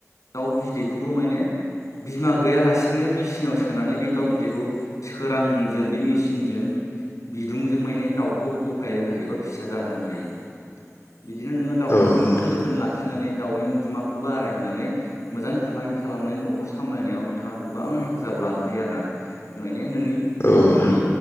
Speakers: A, on the left; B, on the left.
A: दाउ बिदैखौबो मायने बिमा गैयालासिनो मेचिनाव सोनानै बे दाउ बिदैखौ सोरांजों बे मेचिनजों बिदुंजों मायने दाउखौ गफाय होनो हायो बा फिसा जाहोनो हायो। बिदिनो नोंङो दाउखौ
B: औ
A: मोजां
B: नोंथां
A: जोथोन लाखि नानै दाउनि अनजिमाखौ बारायहोनानै मोजां फालांगि खालामनो नखर सामलायनायाव नोंथांङा गोबां हेफाजाब लानो हायो आरो ना नोंनि
B: औ
A: नखरनि
B: नोंथां